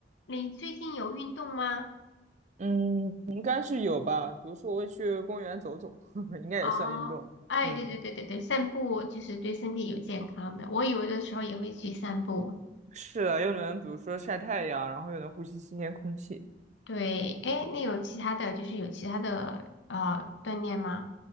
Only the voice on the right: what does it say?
嗯，应该是有吧。比如说，我会去公园走走，<laughs> 应该也算运动。
嗯，
是的，又能比如说晒太阳，然后又能呼吸新鲜空气。